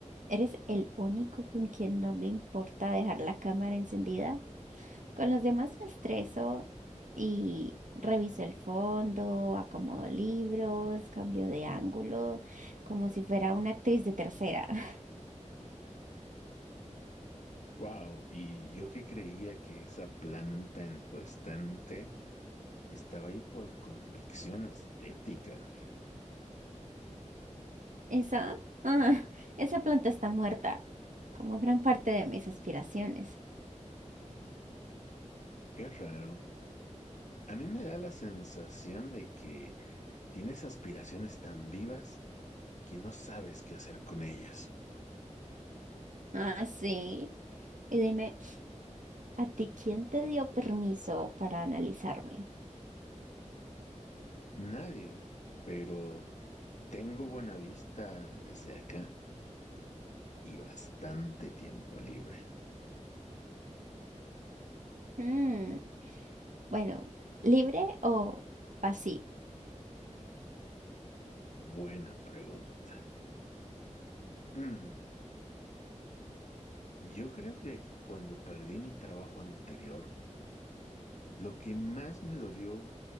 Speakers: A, on the right; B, on the left.
A: eres el único con quien no me importa dejar la cámara encendida? Con los demás me estreso y reviso el fondo, acomodo libros, cambio de ángulo, como si fuera una actriz de tercera. <laughs>
B: Wow, y yo que creía que esa planta en tu estante estaba ahí por convicción estética.
A: Esa, ah, esa planta está muerta, como gran parte de mis aspiraciones.
B: Qué raro. A mí me da la sensación de que tienes aspiraciones tan vivas que no sabes qué hacer con ellas.
A: Ah, sí. Y dime. ¿A ti quién te dio permiso para analizarme?
B: Nadie, pero tengo buena vista desde acá y bastante tiempo libre.
A: Mm, bueno, libre o vacío.
B: Buena pregunta. Mm, yo creo que cuando perdí mi trabajo anterior, Lo que más me dolió